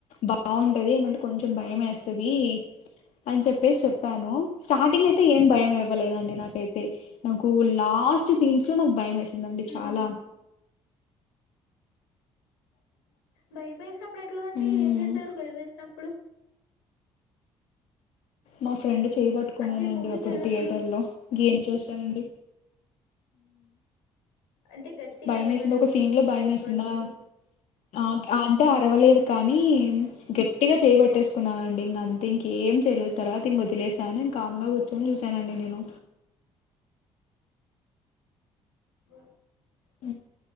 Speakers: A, on the left; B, on the left.
A: బాగుంటది ఏమంటే కొంచెం భయం ఏస్తది అని చెప్పేసి చెప్పాను స్టార్టింగ్ అయితే ఏం భయం ఎవ్వలేదండి నాకైతే నాకు లాస్ట్ సీన్స్ లో నాకు భయం వేసిందండి
B: మ్మ్.
A: చాలా
B: భయమేసినప్పుడు ఎట్లండి
A: ఉమ్
B: ఏం చేసారు భయం వేసినప్పుడు
A: మా ఫ్రెండ్ చేయబట్టుకున్నానండి
B: అంటే మూవీకి
A: అప్పుడు
B: వెళ్ళినప్పుడు
A: థియేటర్ లో గేమ్ చేశానండి
B: అంటే గట్టిగా
A: భయం
B: అరవడము
A: వేసింది ఒక సీన్ లో
B: భయపట్టు
A: భయం వేసిందా ఆ అంటే అరవలేదు కానీ గట్టిగా చేయబట్టేసుకున్నానుండి ఇంక అంత ఇంకేం చేయలేదు తర్వాత ఇంక వదిలేసాను ఇంకా కామ్గా చైలు చూశానండి నేను
B: అ
A: అ